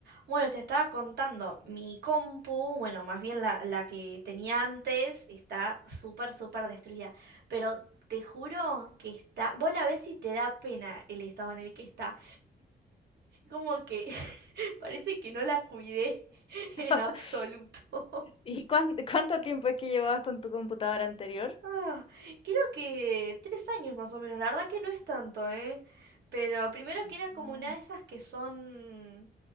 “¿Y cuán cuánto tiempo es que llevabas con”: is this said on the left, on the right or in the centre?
Left